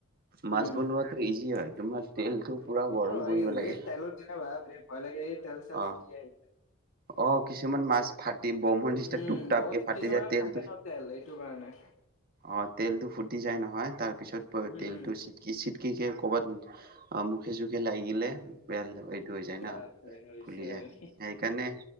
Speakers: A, on the right (about 45°); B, on the left (about 90°).
A: মাছ
B: উম
A: বনোৱা ইজি হয়
B: <unintelligible>
A: তোমাৰ তেলটো পুৰা
B: সেইটো
A: গৰম
B: হয়
A: কৰিব
B: কিন্তু
A: লাগে।
B: এই তেলত দিলে বাপৰে বৰ ভয় লাগে এই তেল চেল
A: অ',
B: চিটিয়াই
A: অ', কিছুমান মাছ ফাটি বমৰ নিচিনা
B: উম
A: টোপ টাপকে
B: বহুত
A: ফাটি
B: কিছুমানে
A: যায় তেলটো
B: থাকে ন তেল এইটো কাৰণে
A: অ তেলটো ফুটি যায় নহয় তাৰ পিছত
B: উম
A: তেলটো চিটকি চিটকে ক'বাত অ মুখে চুখে লাগিলে বেয়া এইটো হৈ যায়
B: বাপৰে
A: ন
B: হৈছে
A: ফুলি যায়
B: আৰু
A: সেইকাৰণে